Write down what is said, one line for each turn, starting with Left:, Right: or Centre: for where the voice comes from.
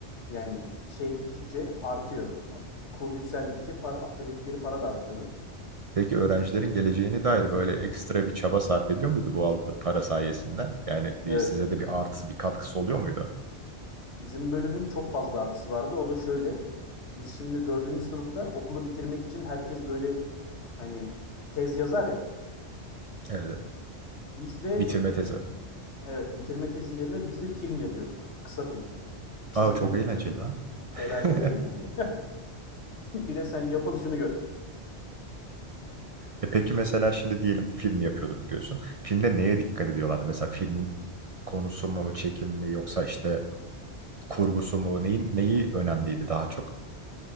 Left: Yani şey gittikçe artıyor. Kur yükseldikçe para, ödedikleri para da artıyordu.
Right: Peki öğrencilerin geleceğine dair böyle ekstra bir çaba sarf ediyor muydu bu aldığı para sayesinde? Yani bir
Left: Evet.
Right: size de bir artısı, bir katkısı oluyor muydu?
Left: Bizim bölümün çok fazla artısı vardı. O da şöyle. Biz şimdi dördüncü sınıfta okulu bitirmek için herkes böyle hani tez yazar ya.
Right: Evet. evet.
Left: Biz de
Right: Bitirme tezi.
Left: evet bitirme tezi yerine biz de film yapıyorduk. Kısa film. Çizgi
Right: Aa çok
Left: film
Right: eğlenceli
Left: yapıyorduk.
Right: lan.
Left: Felaket
Right: <laughs>
Left: eğlenceli. <laughs> bir de sen yapılışını gör.
Right: E peki mesela şimdi diyelim film yapıyorduk diyorsun. Filmde neye dikkat ediyorlardı? Mesela filmin konusu mu, çekim mi yoksa işte kurgusu mu? Neyin, neyi önemliydi daha çok?